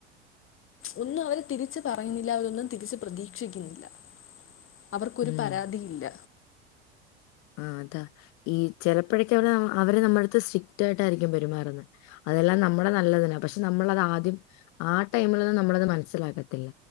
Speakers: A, on the left (about 40°); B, on the left (about 55°).
A: ഒന്നും അവരെ തിരിച്ച് പറയുന്നില്ല അവരൊന്നും തിരിച്ച് പ്രതീക്ഷിക്കുന്നില്ല അവർക്കൊരു
B: ഉം
A: പരാതിയില്ല
B: ആ അതാ ഈ ചെിലപ്പോഴേക്കെ അടെ അവരെ നമ്മുടെടുത്ത് സ്ട്രിക്റ്റ് ആയിട്ടായിരിക്കും പെരുമാറുന്നത് അതെല്ലാം നമ്മുടെ നല്ലതിനാ പക്ഷെ നമ്മളത് ആദ്യം ആ ടൈമിൽൊന്നും നമ്മളത് മനസ്സിലാക്കത്തില്ല